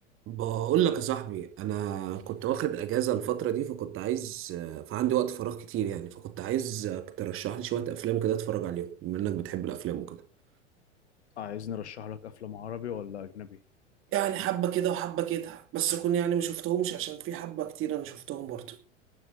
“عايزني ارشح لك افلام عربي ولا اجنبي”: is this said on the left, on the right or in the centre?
Left